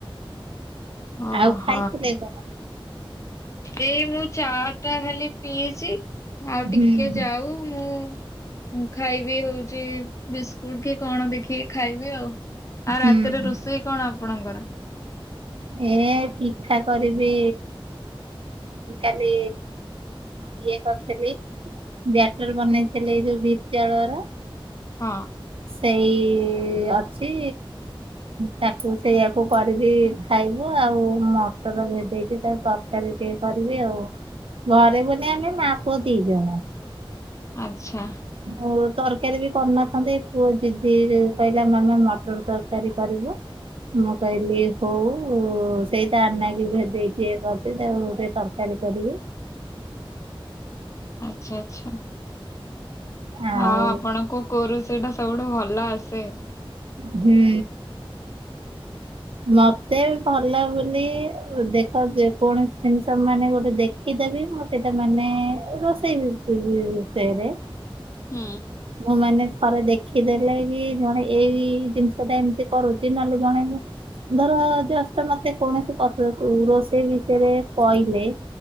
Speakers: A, on the left; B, on the right.
A: ଅ
B: ଆଉ
A: ହ।
B: ଖାଇଥିଲେ କଣ?
A: ଏଇ ମୁଁ ଚାଟା ଖାଲି ପିଇଛି। ମୁଁ ଆଉ ଟିକେ
B: ହୁଁ
A: ଯାଉ ମୁଁ ମୁଁ ଖାଇବି ହଉଛି ବିସ୍କୁଟ କି କଣ ଦେଖିକି ଖାଇବି ଆଉ। ଆଉ
B: ହୁଁ
A: ରାତିରେ ରୋଷେଇ କଣ ଆପଣଙ୍କର।
B: ଏ ପିଠା କରିବି। ମୁଁ କାଲି ଇଏ କରିଥିଲି। ବ୍ୟାଟର ବନେଇଥିଲି ଏଇ ଯୋଉ ବିଦ୍ୟା ଲୟର।
A: ହଁ।
B: ସେଇ ଅଛି ତାକୁ ସେଇଆକୁ କରିବି ଖାଇବୁ ଆଉ ମଟର ଭେଦେଇଛି ତାର ତରକାରୀ ଟିକେ କରିବି ଆଉ। ଘରେ ବୋଲି ଆମେ ମା ପୁଅ ଦି ଟା।
A: ଆଚ୍ଛା।
B: ହଉ ତରକାରୀ ବି କରିନଥାନ୍ତି। ପୁଅ ଜିଦି କରିଲା ମାମା ମଟର ତରକାରୀ କରିବୁ। ମୁଁ କହିଲି ହଉ ସେଇ ତାରି ଲାଗି ଭେଦେଇଦିଏ ତାକୁ <unintelligible> ଗୋଟେ ତରକାରୀ। ତରକାରୀ କରିବି।
A: ଆଛା ଆଛା।
B: ଆଉ
A: ଆ ଆପଣଙ୍କୁ କୋଉ ରୋଷେଇ ଟା ସବୁଠୁ ଭଲ ଆସେ।
B: ଭେ ମତେ ଭଲ ବୋଲି ଦେଖ ଯେ କୌଣସି ଜିନିଷ ମାନେ ଗୋଟେ ଦେଖି ଶିଖିଦେବି ମୁଁ ସେଇଟା ମାନେ ରୋଷେଇ। <unintelligible>
A: ହୁଁ।
B: ମୁଁ ମାନେ ଥରେ ଦେଖିଦେଲେ କି ଜଣେ ଏଇ ଜିନିଷ ଟା ଏମିତି କରୁଚି ନହେଲେ ଜଣେ ମୁ ଧର ଜଷ୍ଟ୍ ମତେ କୌଣସି <unintelligible> ରୋଷେଇ ବିଷୟରେ କହିଲେ